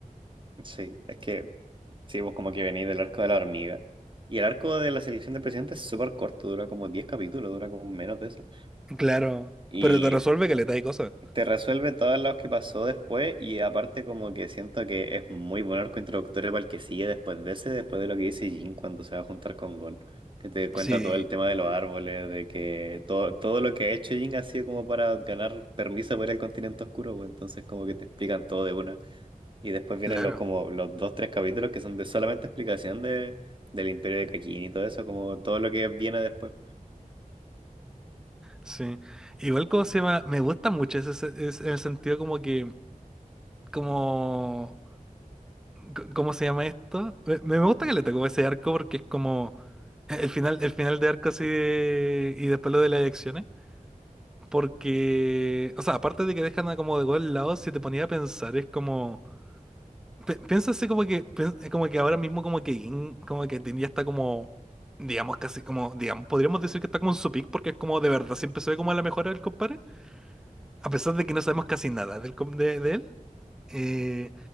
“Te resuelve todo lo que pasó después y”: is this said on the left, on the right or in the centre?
Right